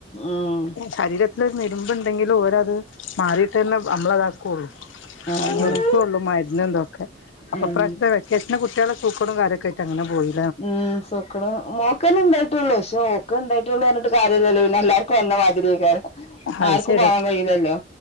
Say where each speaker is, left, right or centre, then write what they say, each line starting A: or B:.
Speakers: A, on the left; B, on the left.
A: ഉം
B: ശരീര ത്തില് ഒരു നെടുമ്പ്ണ്ടെങ്കിലും ഓരത് മാറിട്ടെന്നെ നമ്മളതാക്കൊള്ളു
A: അങ്ങനെ
B: നിർത്തൊള്ളൂ മരുന്നും തൊക്കെ അപ്പൊ
A: ഉം
B: ഇപ്രാവശ്യത്തെ വെക്കേഷന് കുട്ട്യാള് സൂ അങ്ങട്ട് എങ്ങനെ പോയി
A: ഉം സൊക്കട് മോക്കന്നെ ഉണ്ടായിട്ടുള്ളൂ പക്ഷേ ഓക്ക് ഉണ്ടായിട്ടുള്ളു പറഞ്ഞിട്ട് കാര്യല്ലല്ലോ എല്ലാർക്കും വന്ന മാതിരിയെയ്ക്കാരം
B: അത്
A: ആർക്കും
B: ശരി
A: പോവാൻ കഴിയില്ലല്ലോ